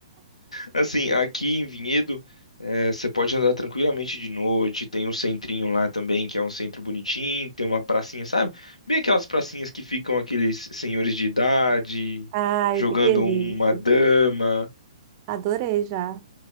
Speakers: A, on the left; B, on the right.
A: Assim, aqui em Vinhedo, eh, você pode andar tranquilamente de noite. Tem um centrinho lá também, que é um centro bonitinho. Tem uma pracinha, sabe? Bem aquelas pracinhas que ficam aqueles senhores de idade
B: Ai,
A: jogando
B: que delícia.
A: uma dama.
B: Adorei já.